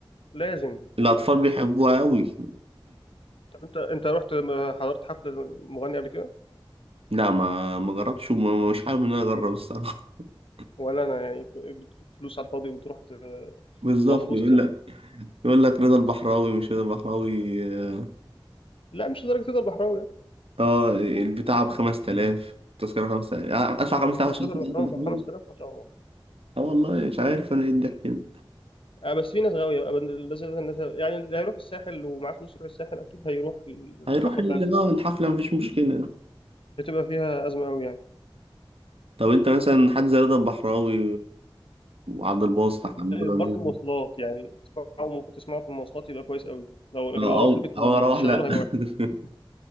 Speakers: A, on the left (about 70°); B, on the right (about 90°).
A: لازم
B: الأطفال بيحبوها أوي
A: طب انت انت رحت م- حضرت حفله مغني قبل كده
B: <laughs> لا ما ما جربتش ومش حابب إن أنا أجرب الصراحة <laughs>
A: ولا انا يعني ف- بت- فلوس على الفاضي وبتروح ت-
B: بالظبط
A: تقف في
B: يقول
A: وسط
B: لك يقول لك رضا البحراوي مش رضا البحراوي اه
A: لا مش لدرجه تقدر بحراوي يعني
B: آه، البتاع ب 5000 التذكرة 5000 آه، ادفع 5000
A: درجة
B: عشان
A: تقدر
B: أشوف رضا
A: بحراوي
B: البحراوي
A: بقى 5000 ما شاء الله
B: اه والله مش عارف انا ايه الضحك ده
A: آه بس في ناس غاويه بقى لازم الناس يعني اللي هيروح الساحل ومعاه فلوس يروح الساحل اكيد هيروح الحفله
B: هيروح ال-
A: بتاعته
B: آه، الحفلة مفيش مشكلة
A: هتبقى فيها ازمه قوي يعني
B: طب انت مثلا حد زي رضا البحراوي وعبد الباسط أحمد عزوز.
A: برضه مواصلات يعني تسمعوا تسمعوا في المواصلات يبقى كويس قوي لو لكن
B: آه،
A: لو رحت
B: او
A: البيت
B: او
A: وشغله
B: اروح لا <laughs>
A: هيبقى